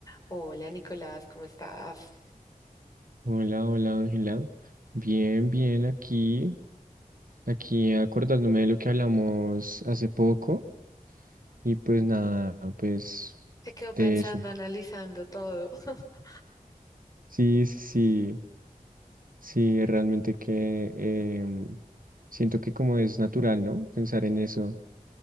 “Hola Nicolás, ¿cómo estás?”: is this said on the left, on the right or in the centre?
Left